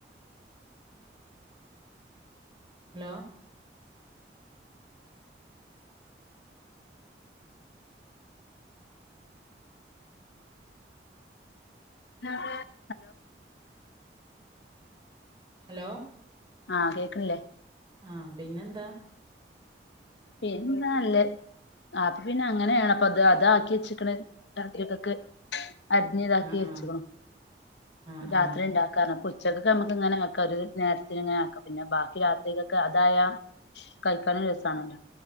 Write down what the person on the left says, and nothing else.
ആഹ്‌
ആഹ് കേക്കണില്ലേ
പിന്നെന്താ നല്ലത് ആ അപ്പൊ പിന്നെ അങ്ങനെയാണ് അപ്പൊ അത് അത ആക്കി വെച്ചക്കണ രാത്രിയക്കൊക്കെ അരിഞ്ഞ ഇതാക്കി
വെച്ചക്കണു
രാത്രി
ഇണ്ടാക്കാൻ കാരണം ച്ചക്കൊക്കെ നമുക്ക് ഇങ്ങനെ ഒക്കെ ഒരു നേരത്തി ഇങ്ങനെ ആക്കും പിന്നെ ബാക്കി രാത്രികൊക്കെ അതായ
കഴിക്കാനും രസാണല്ലോ